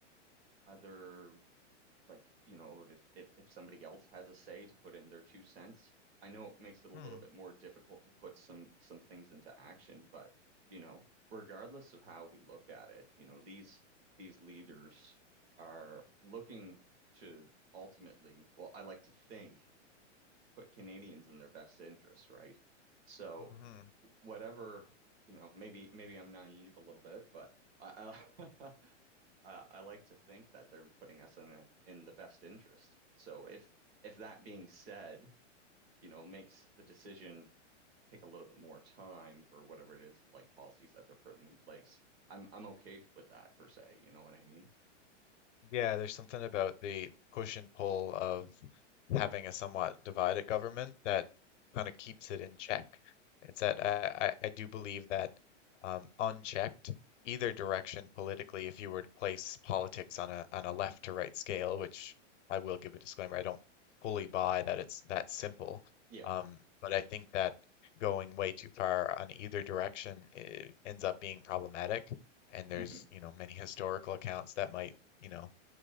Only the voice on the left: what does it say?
Mm,
hmm mm-hmm,
Yeah, there's something about the push and pull of having a somewhat divided government that kind of keeps it in check. It's that I, I, I do believe that um, unchecked, either direction politically, if you were to place politics on a on a left to right scale, which I will give a disclaimer, I don't fully buy that it's that simple.
Um, but I think that going way too far on either direction eh, ends up being problematic. And there's,
you know, many historical accounts that might, you know,